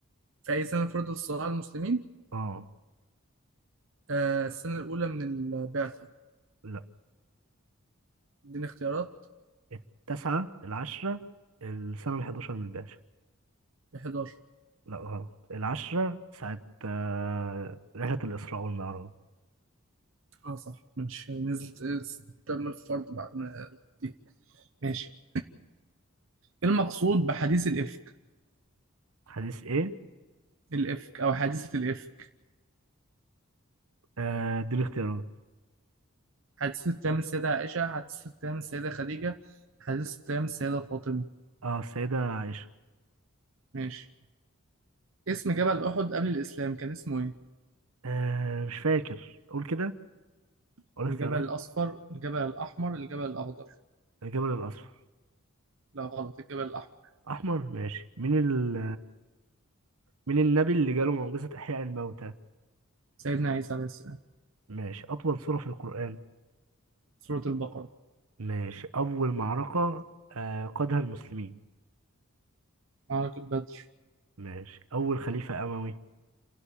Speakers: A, on the right (about 60°); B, on the right (about 80°).
A: في أي سنة فرض الصلاة على المسلمين؟
B: اه
A: آه السنة الأولى من البعثة
B: لا
A: اديني اختيارات
B: التسعة العشرة السنة الحداشر من الباشا
A: 11
B: لا غلط العشرة ساعة آه رحلة الإسراء والمعراج
A: اه صح ماشي نزلت آه، تم الفرض بعد ما دي ماشي ايه المقصود بحديث الإفك
B: حديث ايه؟
A: الإفك أو حادثة الإفك
B: آه دي الاختيارات
A: حادثة أيام السيدة عائشة حادثة أيام السيدة خديجة حادثة أيام السيدة فاطمة
B: اه السيدة عائشة
A: ماشي اسم جبل أحد قبل الإسلام كان اسمه إيه؟
B: آه مش فاكر قول كده قول اختيارات
A: الجبل الأصفر، الجبل الأحمر، الجبل الأخضر،
B: الجبل الأصفر
A: لا غلط الجبل الأحمر،
B: احمر ماشي مين ال... مين النبي اللي جاله معجزة احياء الموتى
A: سيدنا عيسى عليه السلام،
B: ماشي اطول سورة في القرآن
A: سورة البقرة،
B: ماشي اول معركة آه، قادها المسلمين
A: معركة بدر،
B: ماشي اول خليفة اموي